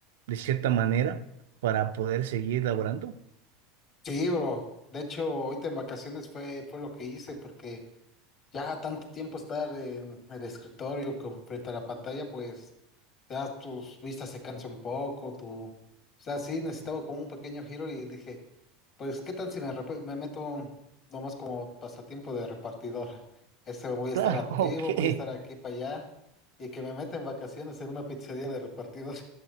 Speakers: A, on the right; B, on the left.
A: de cierta manera para poder seguir laborando.
B: Sí, bro. De hecho, ahorita en vacaciones fue, fue lo que hice porque Ya tanto tiempo estar en el escritorio co- frente a la pantalla, pues ya tus vistas se cansan un poco, tu... O sea, sí, necesitaba como un pequeño giro y dije, pues, ¿qué tal si me, rep- me meto nomás como pasatiempo de repartidor? <laughs> Este voy a
A: Claro,
B: estar activo,
A: <laughs> ok.
B: voy a estar aquí para allá y que me meta en vacaciones en una pizzería de repartidor.